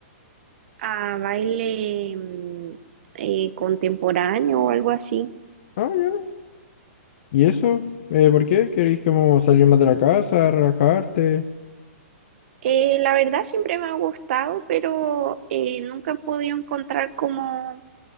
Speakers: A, on the right; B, on the left.
A: a baile mm, eh, contemporáneo o algo así.
B: Ah, ya. ¿Y eso? Eh, ¿por qué? ¿Querés como salir más de la casa, relajarte?
A: Eh, la verdad siempre me ha gustado, pero eh, nunca he podido encontrar como,